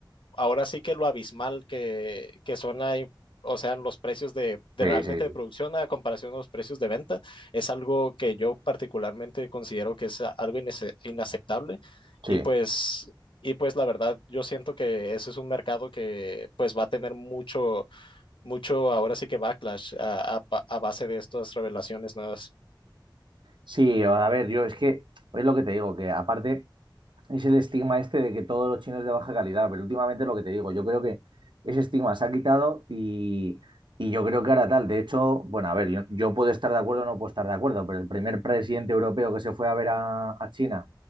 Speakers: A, on the left; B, on the right.
A: ahora sí que lo abismal que, que son ahí, o sea, los precios de, de
B: sí,
A: realmente
B: sí, sí.
A: de producción a comparación a los precios de venta, es algo que yo particularmente considero que es a- algo inace- inaceptable. Y
B: Sí,
A: pues, y pues la verdad, yo siento que ese es un mercado que pues va a tener mucho, mucho, ahora sí que backlash a, a pa- a base de estas revelaciones nuevas.
B: Sí, a ver, yo es que es lo que te digo, que aparte. es el estigma este de que todos los chinos de baja calidad, pero últimamente lo que te digo, yo creo que ese estigma se ha quitado y, y yo creo que ahora tal. De hecho, bueno, a ver, yo, yo puedo estar de acuerdo o no puedo estar de acuerdo, pero el primer presidente europeo que se fue a ver a, a China